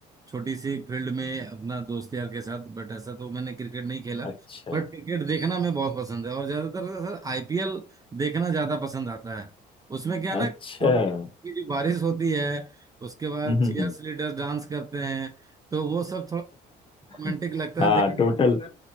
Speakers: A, on the right; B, on the left.
A: छोटी सी फील्ड में अपना दोस्त यार के साथ बट ऐसा तो मैंने क्रिकेट नहीं खेला
B: अच्छा
A: बट क्रिकेट देखना मैं बहुत पसंद है और ज्यादातर सर आईपीएल देखना ज्यादा पसंद आता है उसमें क्या है ना
B: अच्छा
A: ट्रॉफी
B: हम्म
A: की जो बारिश होती है उसके बाद
B: हम्म,
A: चीयर्स
B: हम्म।
A: लीडर्स डांस करते हैं तो वो सब थोड़ा रोमांटिक
B: <laughs>
A: लगता
B: हाँ
A: है देखने
B: टोटल
A: में